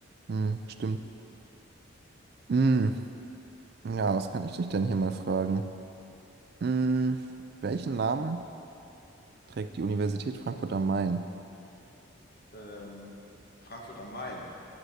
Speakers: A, on the right (about 50°); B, on the left (about 45°).
A: Hm, stimmt. Hm. Ja, was kann ich dich denn hier mal fragen? Hm, welchen Namen trägt die Universität Frankfurt am Main?
B: Ähm, Frankfurt am Main.